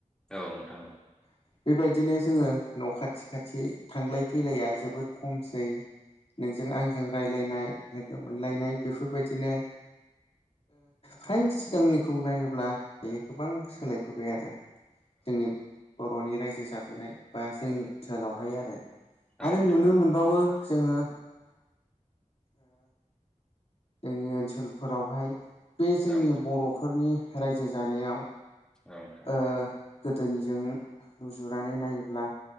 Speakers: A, in the centre; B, on the left.
A: औ नोंथां
B: बेबायदिनो जोङो न खाथि खाथि थांलाय फैलाया जोबोर खमसै नोंजों आंजों राय्लायनाय लोगो मोनलायनाय बेफोरबायदिनो फ्राय सिगांनिखौ नायोब्ला दायो गोबां सोलायबोबाय आरो जोंनि बरनि रायजो जाबोनाय बा जोंनि ओनसोलावहाय आरो
A: औ
B: आरो नुनो मोनबावो जोङो जोंनि ओनसोलफोरावहाय बे जोंनि
A: नोंथां
B: बरफोरनि रायजो जानायाव
A: औ दे
B: ओ गोदोनिजों रुजुनानै नायोब्ला